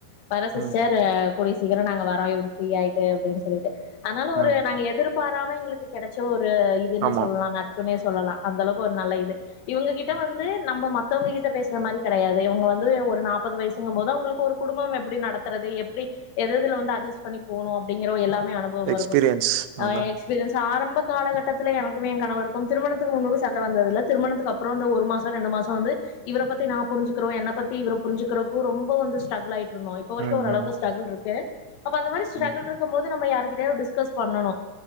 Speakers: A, on the left; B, on the right.
A: பர சிஸ்டர்
B: ம்
A: அ போலீஸ் சீக்கிரோ நாங்க வரோ இவர் ஃப்ரீயாயிட்டு அப்டின்னு சொல்ட்டு அதனால ஒரு
B: ம்
A: நாங்க எதிர்ப் பாராம எங்களுக்கு கெடைச்சூர் து இதுனே
B: ஆமா
A: சொல்லா நட்புனே சொல்லலா அந்த அளவுக்கு ஒரு நல்ல இது இவங்க கிட்ட
B: ம்.
A: வந்து நம்ம மத்தவங்க கிட்ட பேசுற மாரி கெடையாது இவங்க வந்து ஒரு நாற்பது வயசுங்கும்போது அவங்களுக்கு ஒரு குடும்பம் எப்படி நடத்துறது எப்படி எததுல வந்து அட்ஜஸ் பண்ணி போணு அப்படிங்கிற ஒரு எல்லா மே அனுபவம்
B: எக்ஸ்பீரியன்ஸ்
A: இருக்கு
B: அதான்.
A: எ எக்ஸ்பீரியன்ஸ் ஆரம்ப காலகட்டத்தில எனக்குமே கணவருக்கும் திருமணத்துக்கு முன்பு சண்ட வந்தது இல்ல திருமணத்துக்கு அப் புறோ ஒரு மாசோ ரெண்டு மாசோ வந்து இவர பத்தி நா புரிஞ்சுக்கிற எ பத்தி புரிஞ்சுகிறதுக்கு ரொம்போ வந்து ஸ்ட்ரகுள் ஆயி ட்டு இருந்தோ இப்போ
B: ம்,
A: வரைக்கு ஒரு அளவுக்கு
B: ம்,
A: ஸ்ட்ரக்ள் இருக்கு அப்ப அந்த மாரி ஸ்ட்ரகுள்
B: ம்,
A: இருக்கும்போது வந்து நம்ம யாருகிட்டயாவது டிஸ்கஸ் பண்ணணு